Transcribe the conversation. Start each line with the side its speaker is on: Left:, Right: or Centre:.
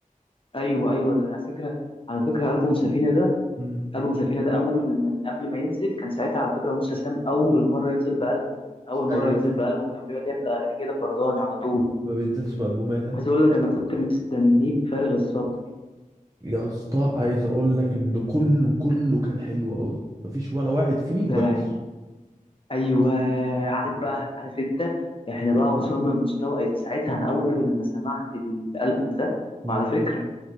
Left: ايوه ايوه على فكره على فكره البوم سفينه ده
Right: الألبوم
Left: البوم سفينه ده اول من قبل ما ينزل كان ساعتها على فكره موسى سام اول مره ينزل بالبوم اول مره
Right: ايوه
Left: ينزل
Right: فاهم
Left: بالبوم كان بيقعد يعمل اغاني كده فرداني على طول
Right: ما بينزلش بألبومات ها؟
Left: عايز اقول لك انا كنت مستنيه بفارغ الصبر
Right: يا اسطى عايز اقول لك ان كله كله كان حلو قوي مفيش ولا واحد فيه وحش
Left: ده ايوه عارف
Right: مم.
Left: بقى عارف انت احنا بقى وصلنا لمستوى إيه، ساعتها انا اول ما سمعت الالبوم ده
Right: مم.
Left: وعلى فكره